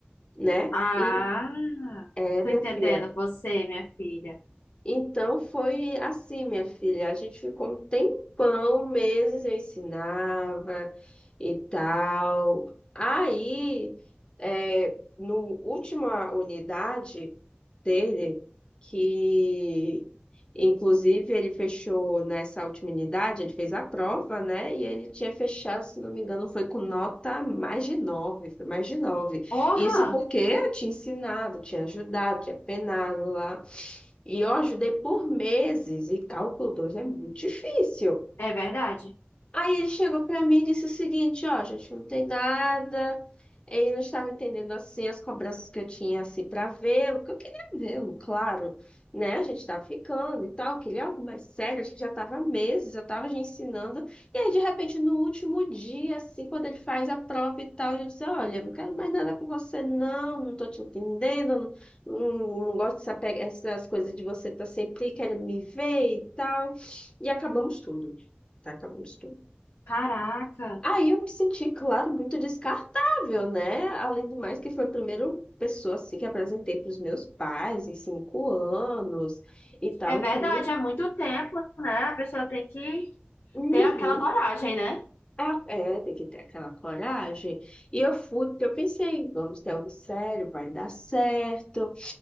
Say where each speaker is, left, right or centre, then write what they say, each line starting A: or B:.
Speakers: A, on the left; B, on the left.
A: né?
B: Ah,
A: E é,
B: tô
A: minha
B: entendendo
A: filha.
B: você, minha filha.
A: Então foi assim, minha filha. A gente ficou um tempão, meses eu ensinava e tal. Aí, é, no última unidade dele, que inclusive ele fechou nessa última unidade, ele fez a prova, né? E ele tinha fechado, se não me engano, foi com nota mais de nove, foi mais de nove.
B: Porra!
A: Isso porque eu tinha ensinado, tinha ajudado, tinha penado lá. E eu ajudei por meses, e cálculo 2 é muito difícil.
B: É verdade?
A: Aí ele chegou pra mim e disse o seguinte, ó, gente, não tem nada. Ele não estava entendendo assim as cobranças que eu tinha assim para vê-lo, que eu queria vê-lo, claro, né? A gente estava ficando e tal, eu queria algo mais sério, a gente já estava há meses, eu estava já ensinando. E aí de repente no último dia assim, quando ele faz a prova e tal, ele diz: "Olha, eu não quero mais nada com você não, não tô te entendendo, não, não, não gosto dessa pe- essas coisas de você estar sempre querendo me ver e tal". E acabamos tudo. Tá, acabamos tudo.
B: Caraca.
A: Aí eu me senti, claro, muito descartável, né? Além do mais que foi a primeira pessoa assim, que apresentei para os meus pais em cinco anos e tal.
B: É
A: Eu
B: verdade,
A: queria.
B: há muito tempo, né? A pessoa tem que
A: Uhum.
B: ter aquela coragem, né?
A: Ah, é, tem que ter aquela coragem. E eu fui, porque eu pensei, vamos ter algo sério, vai dar certo.